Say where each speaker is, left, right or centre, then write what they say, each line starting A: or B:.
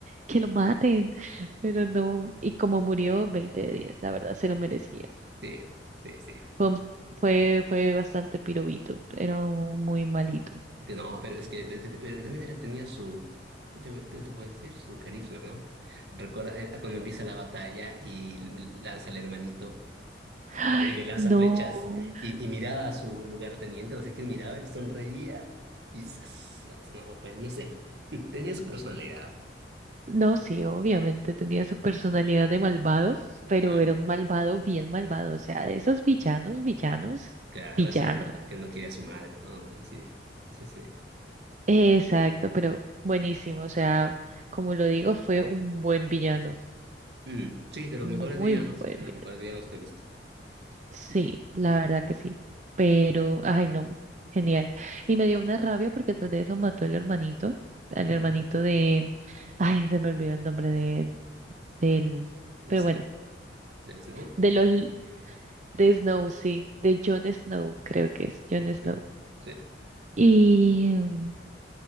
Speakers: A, on the right; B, on the right.
A: que lo maten, <laughs> pero no, y como murió, 20 de 10 la verdad, se lo merecía.
B: Sí, sí, sí.
A: Fue, un- fue, fue bastante pirobito, era un muy malito.
B: Que No, pero es que, pero que- pero que también era- tenía su, ¿qué te, voy- te, te puedo decir, su carisma, ¿no? Recuerda eh, cuando empieza la batalla y l- lanza al hermanito.
A: Ay,
B: y le, y le lanza
A: no.
B: flechas y, y miraba a su lugarteniente, no sé quién miraba, él sonreía y ¡zas! lanza- No, pues no sé. <laughs> Tenía su personalidad.
A: No, sí, obviamente tenía su personalidad de malvado, pero
B: Ah,
A: era un malvado bien malvado, o sea, de esos villanos, villanos,
B: claro,
A: villanos.
B: ese que no quiere a su madre, ¿no? Ese sí, ese sí.
A: Exacto, pero buenísimo, o sea, como lo digo, fue un buen villano,
B: Mm, sí, de los
A: muy
B: mejores villanos,
A: buen
B: de los
A: villano.
B: mejores villanos que he visto.
A: Sí, la verdad que sí, pero, ay, no, genial. Y me dio una rabia porque tras de eso mató al hermanito, al
B: Ujú.
A: hermanito de, ay, se me olvidó el nombre de, del,
B: ¿De
A: pero
B: Snow?
A: bueno,
B: ¿Del Snow?
A: de los
B: Ya.
A: De Snow, sí, de Jon Snow, creo que es Jon Snow.
B: Mm, Sí.
A: Y, mm,